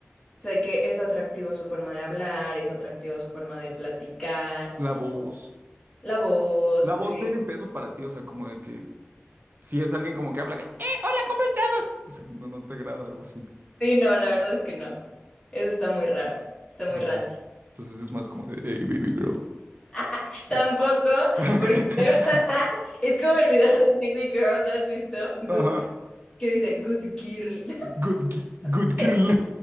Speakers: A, on the left; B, on the right.
A: O sea, que es atractiva su forma de hablar, es atractiva su forma de platicar,
B: La voz.
A: o la voz.
B: La voz
A: eh,
B: tiene peso para ti, o sea, como de que si es alguien como que habla de, "Eh", o sea, no, no te agrada o así.
A: Sí, no, la verdad es que no. Eso está muy raro, está muy
B: Ajá.
A: rancio.
B: Entonces es más como de, hey, baby girl.
A: <laughs> Tampoco,
B: Eso. <laughs>
A: porque luego- <laughs> es como el video de Baby Girl, ¿lo has visto? Good,
B: Ajá.
A: que dice Good Girl. <laughs>
B: Good, gi- good girl.
A: Es-